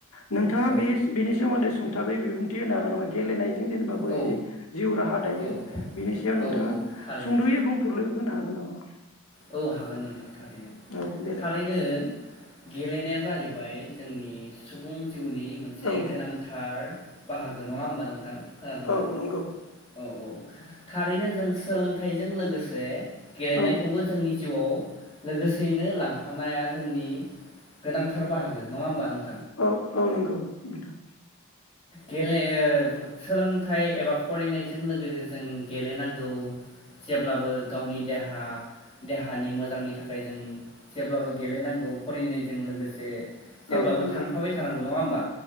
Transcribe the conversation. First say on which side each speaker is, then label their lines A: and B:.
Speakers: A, on the left; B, on the left.
A: नोंथाङा
B: औ
A: बे बिनि सोमोन्दै सुं थाबै बिबुंथि होनो हागोन नामा गेलेनाय, जेनेबा ओै
B: औ
A: जिउ राहा दायो
B: औ
A: बिनि सायाव नोंथाङा
B: औ औ थारैनो
A: सुंद'यै बुंफुरल होनो हागोन। नामा?
B: औ हागोन नोंथां थारैनो
A: औ देलाय
B: थारैनो गेलेनाया जाहैबाय जोंनि सुबुं जिउनि मोनसे
A: औ
B: गोनांथार बाहागो नङा होमबा नोंथां खोनादोंना
A: औ नंगौ
B: औ औ थारैनो जों सोलोंथाइजों लोगोसे गेलनाय
A: औ
B: जोंनि जिउआव लोगोसेयैनो लांफानाया जोंनि गोनांथार बाहागो नङा होमबा नों
A: औ औ नंगौ नोंथां
B: गेले ओ सोलोंथाइ एबा फरायनायजों लोगोसे जों गेलेनांगौ जेब्लाबो गावनि देहा देहानि मोजांनि थाखाय जों जेब्लाबो गेलेनांगौ फरायनायजों लोगोसे जेब्लाबो
A: औ नंगौ
B: थांफाबाय थानांगौ नङा होमबा